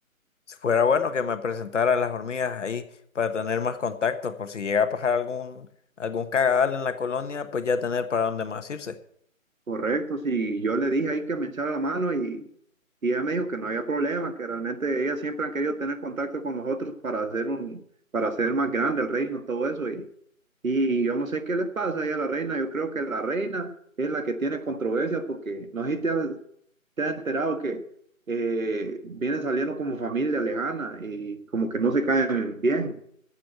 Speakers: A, on the left (about 60°); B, on the right (about 75°).
A: Si fuera bueno que me presentara a las hormigas ahí para tener más contactos, por si llega a pasar algún, algún cagadal en la colonia, pues ya tener para dónde más irse.
B: Correcto, sí, yo le dije ahí que me echara la mano y, y ella me dijo que no había problema, que realmente ellas siempre han querido tener contacto con nosotros para hacer un, para hacer más grande el reino, todo eso. Y, y yo no sé qué les pasa ahí a la reina, yo creo que la reina es la que tiene controversia porque no sé si te has, te has enterado que eh, vienen saliendo como familia lejana y como que no se caen bien.